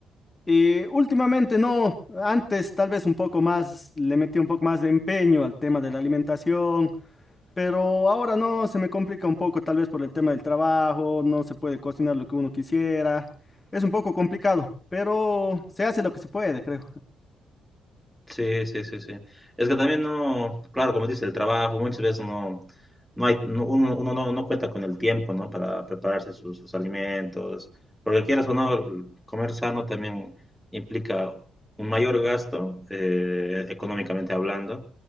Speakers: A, on the left (about 25°); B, in the centre.
A: Eh, últimamente no, antes tal vez un poco más, le metí un poco más de empeño al tema de la alimentación Pero ahora no, se me complica un poco, tal vez por el tema del trabajo, no se puede cocinar lo que uno quisiera. Es un poco complicado, pero se hace lo que se puede, creo.
B: Sí, sí, sí, sí. Es que también no, claro, como dice el trabajo, muchas veces no, no hay, no- uno, uno no, no cuenta con el tiempo, ¿no? Para prepararse sus, sus alimentos, porque quieras o no, comer sano también implica un mayor gasto, eh, económicamente hablando,